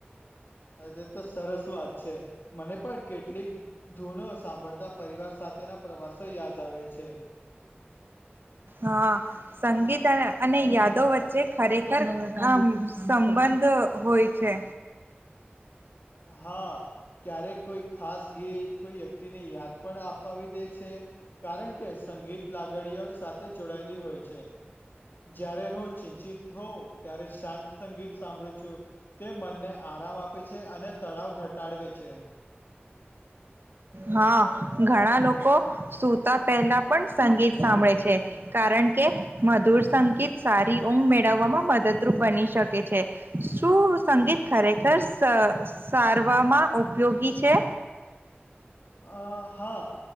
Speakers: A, on the left; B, on the right.
A: હા, તે તો સરસ વાત છે. મને પણ કેટલીક ધૂનો સાંભળતા પરિવાર સાથેના પ્રવાસો યાદ આવે છે.
B: હા સંગીત અને યાદો ખરેખર અ સંબંધ હોય છે.
A: હા. ક્યારેક કોઈ ખાસ ગીત કોઈ વ્યક્તિ ની યાદ પણ અપાવી દે છે, કારણ કે સંગીત લાગણીઓ સાથે જોડાયેલી હોય છે. જ્યારે હું ચિંતિત હોઉ ત્યારે શાંત સંગીત સાંભળો છો? તે મને ને આરામ આપે છે અને ઘટાડવે છે.
B: હા, ઘણા લોકો સુતા પહેલા પણ સંગીત સાંભળે છે, કારણ કે મધુર સંગીત સારી ઊંઘ મેળવવામાં મદદરૂપ બની શકે છે. શું સંગીત ખરેખર સારવામાં ઉપયોગી છે?
A: અ હા,